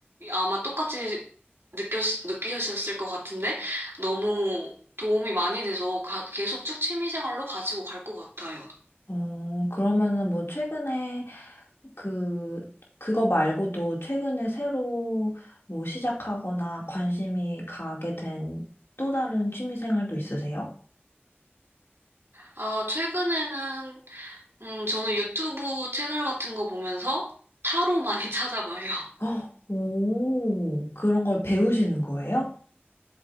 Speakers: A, on the right; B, on the left.
A: 아마 똑같이 느꼈, 느끼셨을 것 같은데 너무 도움이 많이 돼서 가- 계속 쭉 취미생활로 가지고 갈 것 같아요.
B: 어, 그러면은 뭐 최근에 그, 그거 말고도 최근에 새로 뭐 시작하거나 관심이 가게 된 또 다른 취미 생활도 있으세요?
A: 아, 최근에는 음, 저는 유튜브 채널 같은 거 보면서 타로 많이 <laughs> 찾아봐요.
B: <gasps> 헉, 오, 그런 걸 배우시는 거예요?